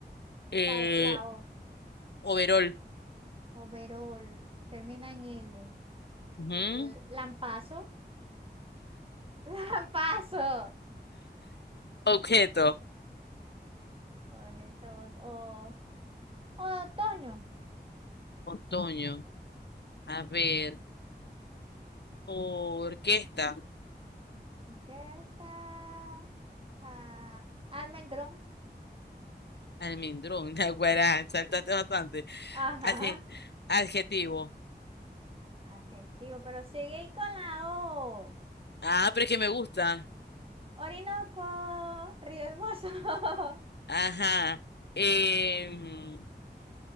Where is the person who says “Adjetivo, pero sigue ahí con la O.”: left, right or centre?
Right